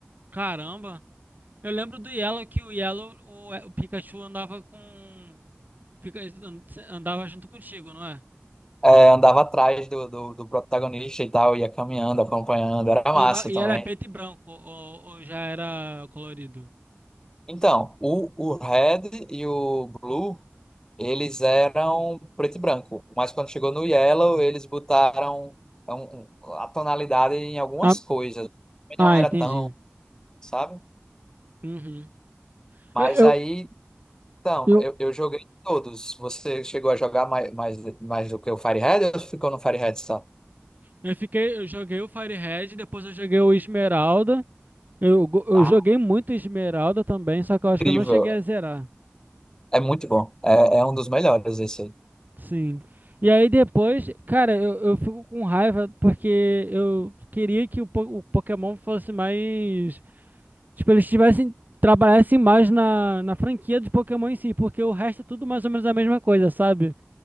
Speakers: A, on the right; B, on the left.
A: caramba! Eu lembro do Yellow que o Yellow, o, o Pikachu andava com. o Pika- Andava junto contigo, não é?
B: é, andava atrás do, do, do protagonista e tal, ia caminhando, acompanhando, era massa
A: E, o ba- e
B: também.
A: era preto e branco, ou, ou já era colorido?
B: Então, o, o Red e o Blue, eles eram preto e branco, mas quando chegou no Yellow, eles botaram um- um- a tonalidade em algumas
A: Ah,
B: coisas, e não
A: ah,
B: era
A: entendi.
B: tão, sabe?
A: Uhum.
B: Mas
A: Eu, eu,
B: aí, então,
A: eu,
B: eu, eu joguei todos. Você chegou a jogar mais, mais, mais do que o Fire Red ou ficou no Fire Red só?
A: eu fiquei, eu joguei o Fire Red, depois eu joguei o Esmeralda. Eu, go- eu
B: Ah,
A: joguei muito Esmeralda também, só que eu acho
B: incrível,
A: que eu não cheguei a zerar.
B: é muito bom, é, é um dos melhores esse aí.
A: Sim. E aí depois, cara, eu, eu fico com raiva porque eu queria que o, po- o Pokémon fosse mais Tipo, eles tivessem, trabalhassem mais na, na franquia de Pokémon em si, porque o resto é tudo mais ou menos a mesma coisa, sabe?